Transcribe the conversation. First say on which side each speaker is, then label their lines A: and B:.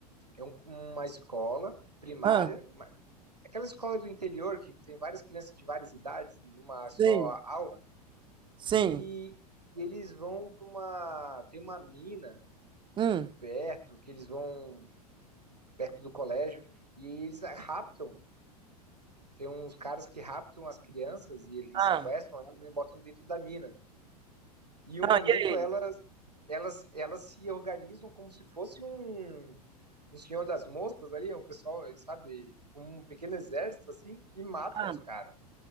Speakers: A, on the right; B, on the right.
A: é um- uma escola primária,
B: ah,
A: uma- aquela escola do interior que tem várias crianças de várias idades numa só
B: sim,
A: aula.
B: sim.
A: E eles vão para uma. Tem uma mina
B: Hum,
A: perto, que eles vão perto do colégio, e eles raptam. Tem uns caras que raptam as crianças e,
B: ah,
A: e sequestram elas e botam dentro da mina. E
B: ah,
A: um momento
B: e aí?
A: elas, elas, elas se organizam como se fosse um, um senhor das moscas ali, um pessoal, sabe, um pequeno exército assim, e matam
B: Ah.
A: os caras.